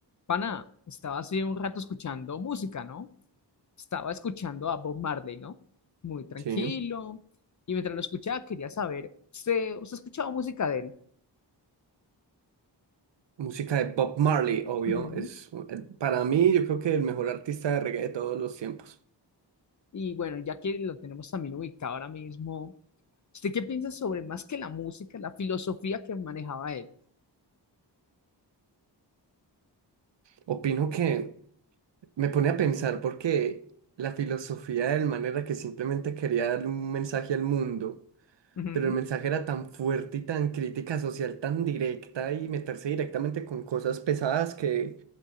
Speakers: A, on the left (about 45°); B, on the right (about 80°).
A: Pana, estaba hace un rato escuchando música, ¿no? Estaba escuchando a Bob Marley, ¿no? Muy tranquilo.
B: Sí,
A: Y mientras lo escuchaba, quería saber, ¿usted, usted ha escuchado música de él?
B: música de Bob Marley, obvio.
A: Ujú.
B: Es eh, para mí, yo creo que el mejor artista de reggae de todos los tiempos.
A: Y bueno, ya que lo tenemos también ubicado ahora mismo, ¿usted qué piensa sobre más que la música, la filosofía que manejaba él?
B: Opino que me pone a pensar porque la filosofía del man era que simplemente quería darle un mensaje al mundo,
A: Ujú.
B: pero el mensaje era tan fuerte y tan crítica social, tan directa y meterse directamente con cosas pesadas que